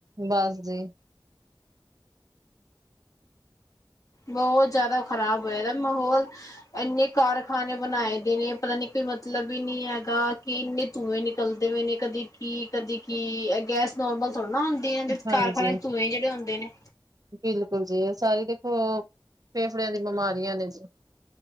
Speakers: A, on the right; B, on the left.
A: ਬਸ ਜੀ।
B: ਬਹੁਤ ਜ਼ਿਆਦਾ ਖ਼ਰਾਬ ਹੋਇਆ ਦਾ ਮਾਹੌਲ। ਇੰਨੇ ਕਾਰਖਾਨੇ ਬਣਾਏ ਦੇ ਨੇ ਪਤਾ ਨੀ ਕੋਈ ਮਤਲਬ ਹੀ ਨੀ ਹੈਗਾ ਕਿ ਇੰਨੇ ਉਹਵੇ ਨਿਕਲਦੇ ਵੀ ਨੀ ਕਦੀ-ਕੀ ਕਦੀ ਕੀ ਇਹ ਗੈਸ ਨੋਰਮਲ ਥੋੜਾ ਨਾ ਹੁੰਦ ਤੇ, ਇਹਨਾਂ ਦੇ
A: ਹਾਂਜੀ
B: ਕਾਰਖਾਨੇ ਧੂੰਏ ਜੇੜੇ ਹੁੰਦੇ ਨੇ।
A: ਬਿਲਕੁਲ ਜੀ ਇਹ ਸਾਰੀ ਦੇਖੋ ਫੇਫੜਿਆਂ ਦੀ ਬਿਮਾਰੀਆਂ ਨੇ।